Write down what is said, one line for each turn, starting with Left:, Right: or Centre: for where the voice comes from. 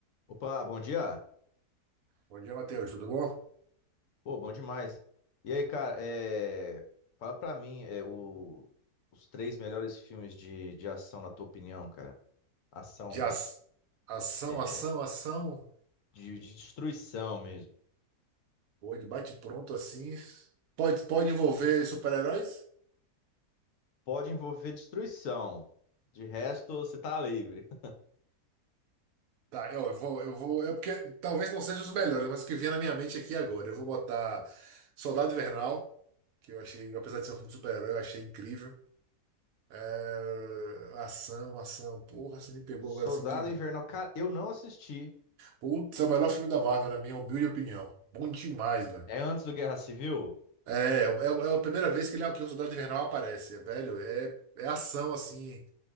Left: Opa, bom dia.
Right: Bom dia, Matheus. Tudo bom?
Left: Pô, bom demais. E aí, cara, é, fala pra mim é, o- os três melhores filmes de, de ação, na tua opinião, cara. Ação
Right: De
Left: mesmo.
Right: a- ação,
Left: É,
Right: ação, ação.
Left: de, de destruição mesmo.
Right: Ou de bate-pronto assim. Pode, pode envolver super-heróis?
Left: Pode envolver destruição. De resto, você tá livre. <laughs>
Right: Tá, eu vou, eu vou. É porque talvez não sejam os melhores, mas o que vier na minha mente aqui agora. Eu vou botar Soldado Invernal, que eu achei, apesar de ser um filme de super-herói, eu achei incrível. É, Ação, ação. Porra, você me pegou
Left: Soldado
Right: agora assim de.
Left: Invernal, cara, eu não assisti.
Right: Putz, é o melhor filme da Marvel, na minha humilde opinião. Bom demais, velho.
Left: É antes do Guerra Civil?
Right: É, é é a primeira vez que ele que o Soldado Invernal aparece, é, velho. É, é ação assim.